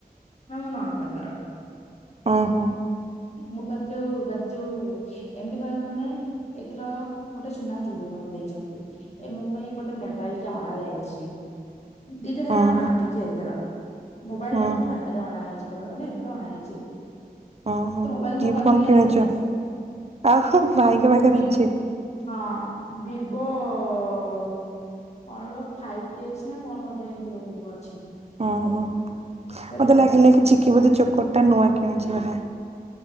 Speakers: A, on the left; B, on the right.
A: ହେରା ମୋ ନଣନ୍ଦଙ୍କର।
B: ଓ ହୋ।
A: ମୁଁ କହିଲି ଯୋଉ ଯୋଉ ଏମିତି କହିବାକୁ ଗନେ ଏଥର ଗୋଟେ ସୁନା ଚୁଡି ମତେ ଦେଇଛନ୍ତି। ଏ ମୋ ପାଇଁ ଗୋଟେ ମୋବାଇଲ ଟେ ଅଣା ଯାଇଛି। ଦିଟା ସାରା
B: ଉଁ
A: ଅଣା
B: ହୁଁ
A: ହେଇଛି ଏଇଥର, ମୋବାଇଲ
B: ଉଁ
A: ଟା ମୋର
B: ହୁଁ
A: ବାର୍ଡେରେ ଅଣା ହେଇଛି କହିବାକୁ ଗଲେ ଏବେ ଅଣା ହେଇଛି।
B: ଓହୋ
A: ସେ ମୋବାଇଲ
B: କି
A: ମୋ କତିକି
B: ଫୋନ୍ କିଣିଛୁ?
A: ଆସିନାହିଁ
B: ଆଉ ଭାଇଙ୍କ ପାଖରେ
A: ବି
B: ଅଛି?
A: ହଁ, ଭିଭୋ ଓ କଣ ଲୋ ଫାଇପ ଟି ଏକ୍ସ ନା କଣ ଗୋଟେ ଏମତି ଗୋଟେ ଅଛି।
B: ଓହୋ,
A: ସେଇଟା
B: ମୋତେ ଲାଗିଲା
A: ଆଉ
B: କି ଚିକି ବୋଧେ ଚୋକୋରଟା ନୂଆ କିଣିଛି ବୋଧେ?